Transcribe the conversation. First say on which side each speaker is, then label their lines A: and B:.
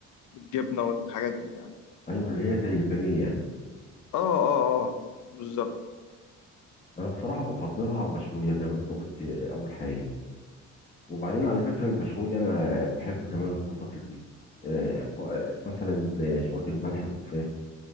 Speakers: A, on the left; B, on the left.
A: بالجبنه والحاجات دي يعني
B: ايوه اللي هي زي البانيه يعني
A: اه اه اه بالظبط
B: انا بصراحة بفضلها مشوية زي ما انت قلت آه، اول حاجة يعني. وبعدين على فكرة المشوية انا بحب كمان اظبطها في البيت آه، ف- مثلا آه، شوية الملح الخفاف